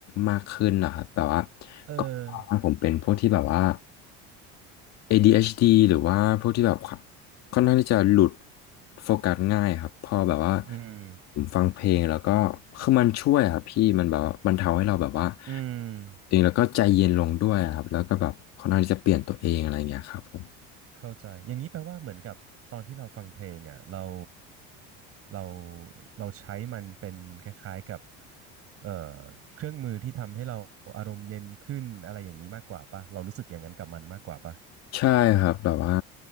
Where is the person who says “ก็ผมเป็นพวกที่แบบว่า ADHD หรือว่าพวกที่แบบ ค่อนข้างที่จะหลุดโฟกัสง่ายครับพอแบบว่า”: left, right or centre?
Left